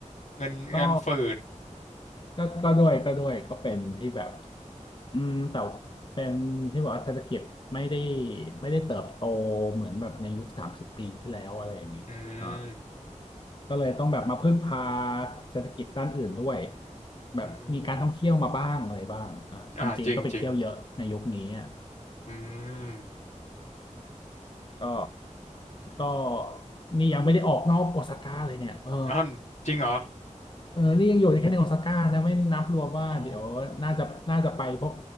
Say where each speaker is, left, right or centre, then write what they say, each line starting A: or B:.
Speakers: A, on the left; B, on the left.
A: เงินเงินฝืด
B: ก็ ก็ก็ด้วยก็ด้วยก็เป็นที่แบบอืมแต่เป็นที่บอกว่าเศรษฐกิจไม่ได้ไม่ได้เติบโตเหมือนแบบในยุคสามสิบปีที่แล้วอะไรอย่างเงี้ยอ่า
A: อืม
B: ก็เลยต้องแบบมาพึ่งพาเศรษฐกิจด้านอื่นด้วยแบบมีการท่องเที่ยวมาบ้างอะไรบ้างอ่าคนจีนก็ไปเที่ยวเยอะในยุคนี้อ่ะ
A: อืมอ่าจริงจริง อืม
B: ก็ก็นี่ยังไม่ได้ออกนอกโอซาก้าเลยเนี่ยเออ
A: อ้าวจริงเหรอ
B: เออนี่ยังอยู่แค่ในโอซาก้านะไม่นับรวมว่าเดี๋ยวน่าจะน่าจะไปพวก
A: อ๋อ